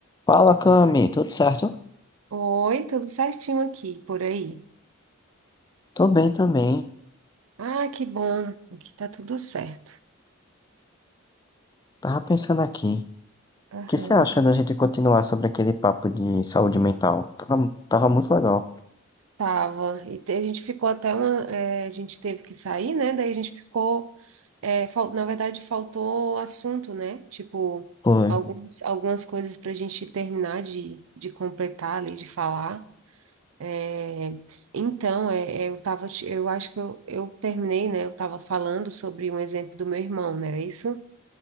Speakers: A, on the left (about 20°); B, on the right (about 75°).
A: Fala, Cami, tudo certo?
B: Oi, tudo certinho aqui, por aí.
A: Tô bem também.
B: Ah, que bom, aqui tá tudo certo.
A: Tava pensando aqui.
B: Aham,
A: O que você acha da gente continuar sobre aquele papo de saúde mental? Tava, tava muito legal.
B: tava. E te- a gente ficou até uma. eh, a gente teve que sair, né? Daí a gente ficou. eh, fal- na verdade, faltou assunto, né? Tipo,
A: Foi.
B: alguns, algumas coisas pra gente terminar de, de completar ali, de falar. Eh, então, é, é, eu tava. te- Eu acho que eu, eu terminei, né? Eu tava falando sobre um exemplo do meu irmão, não era isso?